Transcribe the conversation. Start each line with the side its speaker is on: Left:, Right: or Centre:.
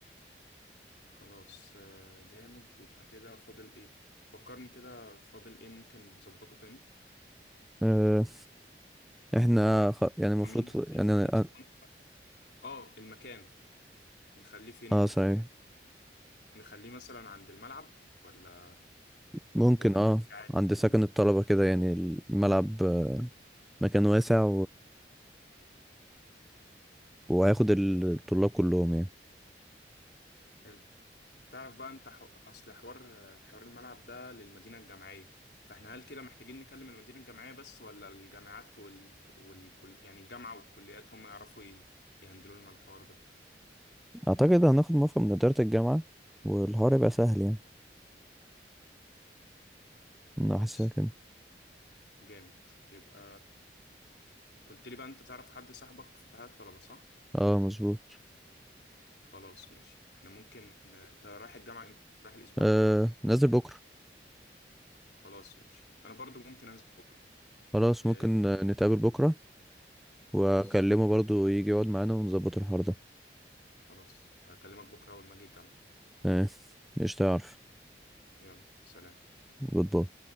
Left: خلاص آه، جامد يبقى كده فاضل ايه فكرني كده فاضل ايه ممكن نظبطه تاني
Centre: آه احنا
Left: احنا
Centre: خ... يعني المفروض
Left: مين مين
Centre: يعني اه
Left: هيسبونسر؟ اه المكان نخليه فين
Centre: آه،
Left: المكان
Centre: صحيح
Left: نخليه مثلا عند الملعب ولا
Centre: ممكن
Left: ولا
Centre: اه
Left: نخليه عادي
Centre: عند
Left: في
Centre: سكن
Left: ال...
Centre: الطلبة كده يعني الملعب آه، مكان واسع وهياخد الطلاب كلهم يعني
Left: حلو تعرف بقى انت حو... اصل حوار حوار الملعب ده للمدينة الجامعية فاحنا هل كده محتاجين نكلم المدينة الجامعية بس ولا الجامعات وال... والكل يعني الجامعة والكليات هم يعرفوا ي... يهندلوا لنا الحوار ده
Centre: اعتقد هناخد موافقة من ادارة الجامعة والحوار يبقى سهل يعني
Left: خلاص
Centre: انا حاسسها كده
Left: جامد يبقى قلت لي بقى انت تعرف حد صاحبك في اتحاد الطلبة صح
Centre: اه مظبوط
Left: خلاص ماشي احنا ممكن انت رايح الجامعة امتى رايح الاسبوع
Centre: آه
Left: ده
Centre: نازل بكرة
Left: خلاص ماشي انا برضو ممكن انزل بكرة
Centre: خلاص
Left: اه...
Centre: ممكن آه، نتقابل بكرة
Left: خلاص
Centre: واكلمه برضو يجي يقعد معانا ونظبط الحوار ده
Left: خلاص هكلمك بكرة اول ما اجي الجامعة
Centre: آه مش تعرف
Left: يلا سلام
Centre: جود باي